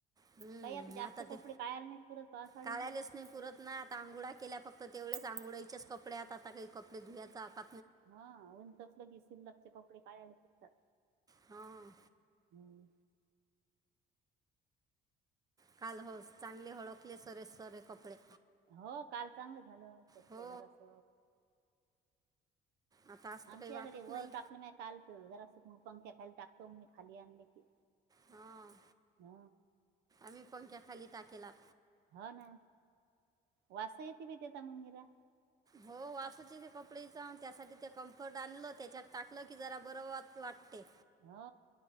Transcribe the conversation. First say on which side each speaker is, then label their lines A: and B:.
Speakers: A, on the right (about 20°); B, on the right (about 80°).
A: हम्म,
B: काही आता जास्त कपडे
A: ते
B: कायला नाहीत पुरत पासाळीचे
A: काढायलाच नाही पुरत नाही आता अंघोळ्या केल्या फक्त तेवढेच आंघोळीचेच कपडे आत आता काही कपडे धुवयचा आता
B: हा ऊन तसलं की सिल्लकचे कपडे काढयला फिरतात
A: हां
B: हम्म
A: काल होस चांगली ओळखले सरे सरे कपडे
B: हो काल चांगलं झालं त्यातलं
A: हो
B: जरास
A: आता असं तर
B: आमच्याकडे
A: काही वाटत नाही
B: वर टाकलं म काल जरा अस मग पंख्या खायला टाकतो मी खाली आणले की
A: हां
B: ह
A: आम्ही पंख्या खाली टाकेलात
B: हा ना वास येते बाई त्याचा मंग निरा
A: हो वासच येते कपडेचा त्यासाठी ते कम्फर्ट आणलं त्याच्यात टाकलं की जरा बरं वास वाटते
B: हा